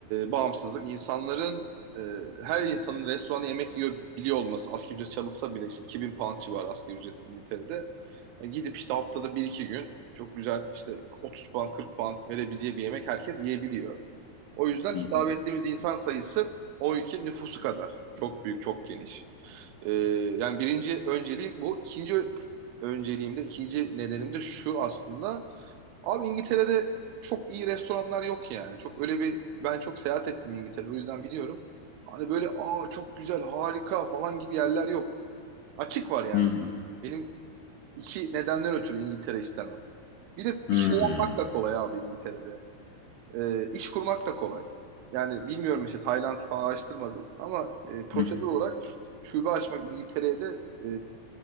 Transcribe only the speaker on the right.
bağımsızlık. insanların e, her insanın restoranda yemek yiyor biliyor olması. Asgari ücret çalışsa bile işte 2000 pound civarı asgari ücret İngiltere'de. Yani gidip işte haftada bir iki gün çok güzel işte 30 pound 40 pound verebileceği bir yemek herkes yiyebiliyor. O yüzden
hitap
ettiğimiz insan sayısı o ülkenin nüfusu kadar. Çok büyük, çok geniş. Ee, yani birinci önceliğim bu. İkinci önceliğimde, ikinci nedenim de şu aslında. Abi İngiltere'de çok iyi restoranlar yok yani. Çok öyle bir ben çok seyahat ettim İngiltere. O yüzden biliyorum. Hani böyle aa çok güzel, harika falan gibi yerler yok. Açık var yani.
Benim iki nedenden ötürü İngiltere istemem. Bir de
iş yapmak da kolay abi İngiltere'de. E, iş kurmak da kolay. Yani bilmiyorum işte Tayland'ı falan araştırmadım ama e, prosedür
olarak şube açmak İngiltere'ye de e,